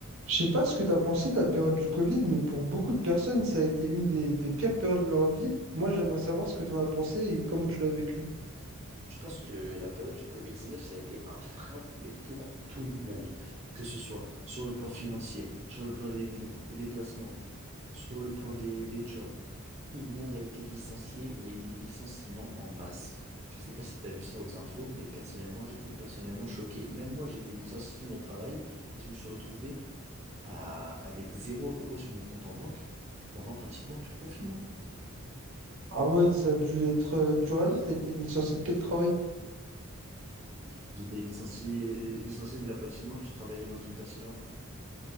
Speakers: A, on the right; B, on the right.
A: Je sais pas ce que tu as pensé de la période du Covid, mais pour beaucoup de personnes, ça a été une des, des pires périodes de leur vie. Moi, j'aimerais savoir ce que tu en as pensé et comment tu l'as vécu.
B: Je pense que la période du Covid-19, ça a été un frein, mais pour tout le monde, que ce soit sur le plan financier, sur le plan des, dé- des déplacements, sur le plan des, des jobs. Tout le monde a été licencié, il y a eu des licenciements en masse. Je ne sais pas si tu as vu ça aux infos, mais personnellement, j'étais personnellement choqué. Même moi, j'ai été licencié de mon travail et je me suis retrouvé à, avec zéro euro sur mon compte en banque pendant pratiquement tout le confinement.
A: Ah ouais, ça a dû être euh, dur à vivre. T'as été licencié de quel travail?
B: J'étais licencié, licencié de la patinoire, je travaillais dans une patinoire.